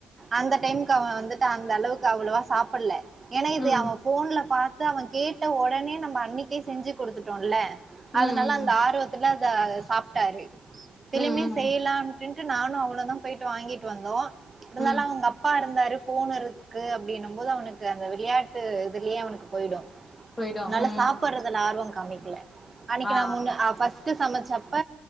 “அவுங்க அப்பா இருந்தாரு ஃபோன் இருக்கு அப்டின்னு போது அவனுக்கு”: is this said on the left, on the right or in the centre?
Right